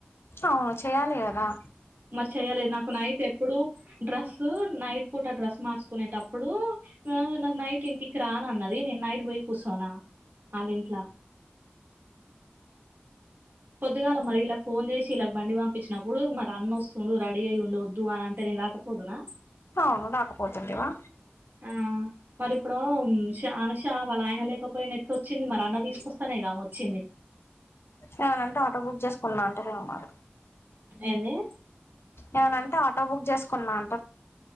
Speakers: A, on the left; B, on the right.
A: అవును చేయాలి గదా
B: మరి చెయ్యలే నాకు నైట్ ఎప్పుడు డ్రస్ నైట్ పూట డ్రెస్ మార్చుకునేటప్పుడు ఆ నాకు నైట్ ఇంటికి రానన్నది నేను నైటు బోయి కుస్సోనా ఆళ్ళ ఇంట్లో పొద్దుగాల మరి ఇల్లకు ఫోన్ జేసి ఇళ్ళకు బండి పంపిచ్చినప్పుడు మరి అన్న వస్తుండు రేడీ అయ్యి ఉండు వొద్దువు అని అంటే నే ను రాకపోదునా
A: హా రాకపోతుంటివా
B: ఆ మరి ఇప్పుడు షా అనుషా వాళ్ళ ఆయన లేకపోయిన ఏట్టొచ్చింది మరి అన్న తీసుకొస్తానేగా ఆమే వచ్చింది
A: ఏమన్నా అంటే ఆటో బుక్ జేసుకున్నా అంటరెమో మరి
B: ఏంది
A: ఏమంన్నంటే ఆటో బుగ్ జేసుకున్నాన్